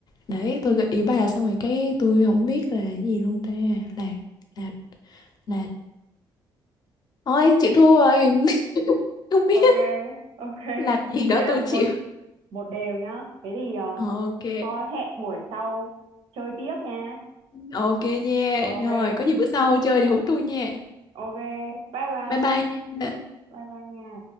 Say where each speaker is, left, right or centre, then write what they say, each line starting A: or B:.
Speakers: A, on the left (about 45°); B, on the right (about 80°).
A: Đấy, tôi gợi ý bà xong rồi cái tôi không biết là cái gì luôn ta. Lạt, lạt, lạt. Ôi, chịu thua rồi. <laughs> Không biết
B: ok ok
A: lạt gì đó
B: thế là
A: tôi
B: một
A: chịu.
B: một đều nhá thế thì ờ,
A: Ok.
B: thôi hẹn buổi sau chơi tiếp nha
A: Ok nha.
B: ok
A: Rồi, có gì bữa sau chơi để hú tôi nha.
B: ok bye bye
A: Bye bye nha.
B: bye bye nha